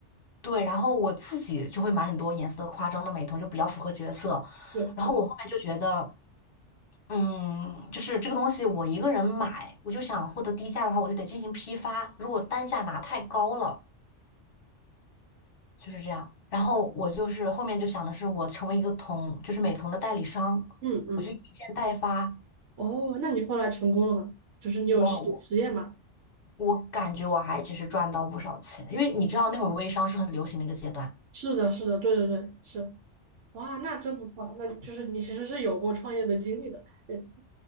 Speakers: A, on the left; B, on the right.
A: 对，然后我自己就会买很多颜色夸张的美瞳，就比较符合角色。
B: 对对，
A: 然后我后面就觉得，嗯，就是这个东西我一个人买，我就想获得低价的话，我就得进行批发。如果单价拿太高了，就是这样。然后我就是后面就想的是，我成为一个同，就是美瞳的代理商，
B: 嗯嗯。
A: 我去一件代发。
B: 哦，那你后来成功了吗？就是你有实实验吗？
A: 我我我感觉我还其实赚到不少钱，因为你知道那会儿微商是很流行的一个阶段。
B: 是的，是的，对对对，是。哇，那真不错，那就是你其实是有过创业的经历的。嗯，